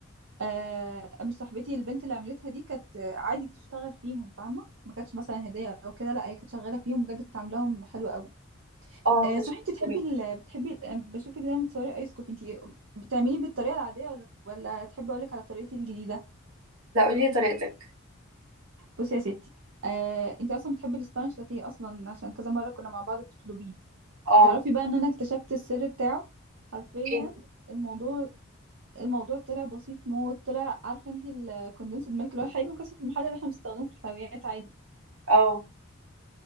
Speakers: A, on the right; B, on the right.
A: آه مش صاحبتي البنت اللي عملتها دي كانت آه، عادي بتشتغل فيهم فاهمه ما كانتش مثلا هديه او كده لا هي كانت شغاله فيهم بجد كانت عاملاهم حلو قوي
B: اه
A: آه
B: كان
A: صحيح
B: شكلها
A: انت بتحبي
B: جميل
A: ال... بتحبي ال... آه، بشوفك دايما بتصوري ايس كوفي انت بتعمليه بالطريقه العاديه ولا ولا تحبي اقول لك على طريقتي الجديده
B: لا قولي لي طريقتك
A: بصي يا ستي آه انت اصلا بتحبي الاسبانيش لاتيه اصلا عشان كذا مره كنا مع بعض بتطلبيه
B: اه
A: تعرفي بقى ان انا اكتشفت السر بتاعه حرفيا
B: ايه
A: الموضوع الموضوع طلع بسيط موت طلع عارفه انت الكوندنسد ميلك اللي هو الحليب المكثف المحلى اللي احنا بنستخدمه في الحلويات عادي
B: اه